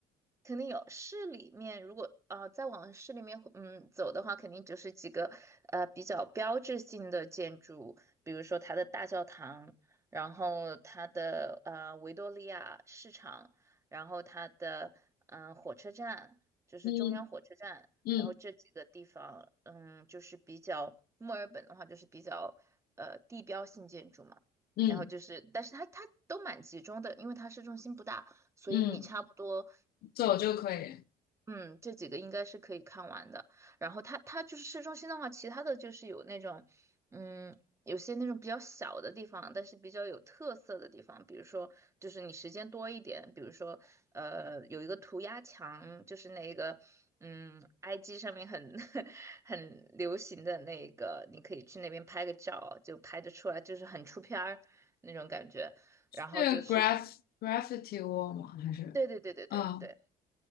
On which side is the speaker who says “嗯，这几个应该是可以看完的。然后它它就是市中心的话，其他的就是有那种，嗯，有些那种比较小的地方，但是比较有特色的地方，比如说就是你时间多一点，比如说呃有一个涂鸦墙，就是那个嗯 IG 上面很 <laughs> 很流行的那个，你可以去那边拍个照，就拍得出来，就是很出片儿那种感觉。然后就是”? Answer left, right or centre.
Right